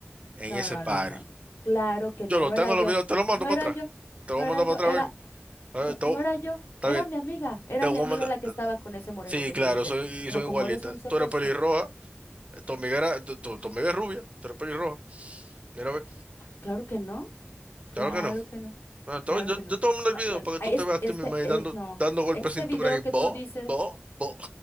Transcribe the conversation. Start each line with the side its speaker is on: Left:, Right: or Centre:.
Right: en
Left: No,
Right: ese
Left: no,
Right: party.
Left: no, no. no. Claro que
Right: Yo
Left: no,
Right: los
Left: no
Right: tengo,
Left: era yo.
Right: los videos, te los mando
Left: No
Right: para
Left: era
Right: atrás.
Left: yo.
Right: Te
Left: No
Right: los voy
Left: era
Right: a mandar
Left: yo.
Right: para
Left: Era,
Right: atrás, ven. Eh,
Left: no,
Right: to-
Left: no era yo.
Right: está
Left: Era
Right: bien,
Left: mi amiga. Era
Right: te voy
Left: mi amiga
Right: a mandar.
Left: la que estaba con ese moreno
Right: Sí,
Left: que
Right: claro,
Left: tú dices.
Right: soy,
Left: Pero
Right: y soy
Left: como
Right: igualita.
Left: eres un celoso,
Right: Tú eres pelirroja, eh, tu amiga era, tu, tu- tu amiga es rubia, tú eres pelirroja. Mira, ve,
Left: claro que no. Claro
Right: claro que no.
Left: que no,
Right: Bueno,
Left: claro
Right: te voy- yo,
Left: que no.
Right: yo te voy a mandar
Left: No,
Right: el video
Left: no,
Right: para
Left: no,
Right: que
Left: es,
Right: tú te veas
Left: este,
Right: tú misma ahí
Left: eh,
Right: dando,
Left: no,
Right: dando golpes
Left: ese
Right: de cintura
Left: video
Right: y
Left: que
Right: bo,
Left: tú dices,
Right: bo, bo.